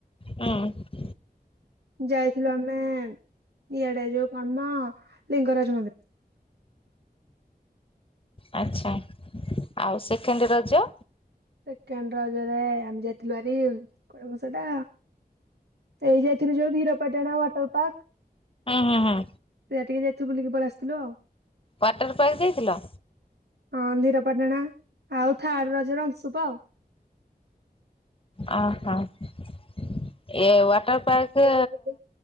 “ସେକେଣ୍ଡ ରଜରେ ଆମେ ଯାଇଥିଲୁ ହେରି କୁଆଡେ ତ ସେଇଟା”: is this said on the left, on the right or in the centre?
Right